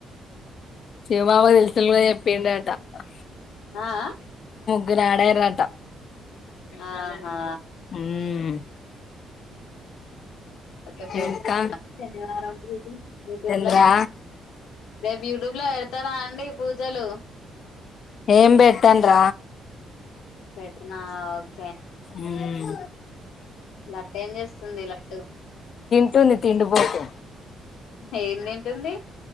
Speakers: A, on the left; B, on the left.
A: శివమావ <unintelligible> చెప్పేండటా ఆ
B: ఆ ఆ
A: మీరాడరంట
B: ఆ ఆ
A: హ్మ్
B: మేం బెడతనం
A: ఇంకా
B: అ శనివారం రోజు యుట్యూబ్ల
A: ఏంద్రా
B: రేపు యూట్యూబ్ లో పెడతారా అండి పూజలు
A: ఏం పేట్టండ్ర
B: <unintelligible> నా ఓకే
A: ఊమ్
B: లడ్డు ఏం చేస్తుంది లడ్డు
A: ట్టుంది తిండి బోతు
B: ఏం తింటుంది